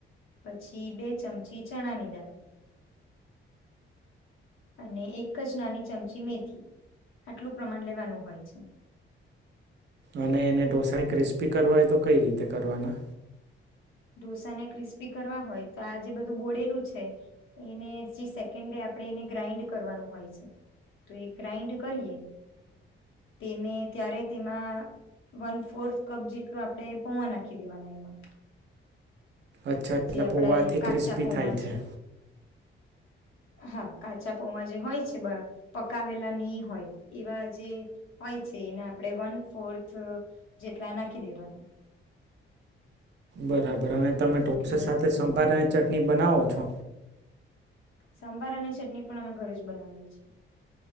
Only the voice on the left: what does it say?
પછી બે ચમચી ચણાની દાળ, અને એક જ નાની ચમચી મેથી, આટલું પ્રમાણ લેવાનું હોય છે.
ઢોસાને ક્રિસ્પી કરવા હોય તો આ જે બધું બોળેલું છે, એને જે સેકન્ડે આપણે એને ગ્રાઈન્ડ કરવાનું હોય છે, તો એ ગ્રાાઈન્ડ કરીએ તેને ત્યારે તેમાં વન ફોર્થ કપ જેટલું આપણે પૌઆ નાખી દેવાના એમાં.
જે આપણે
કાચા
પૌવા
જે હા કાચા પૌવા જે હોય છે, પકાવેલા નહી હોય એવા જે હોય છે, એને આપણે વન ફોર્થ જેટલા નાખી દેવાના.
એટલે
સાંભાર અને ચટની પણ અમે ઘરે જ બનાવીએ છીએ.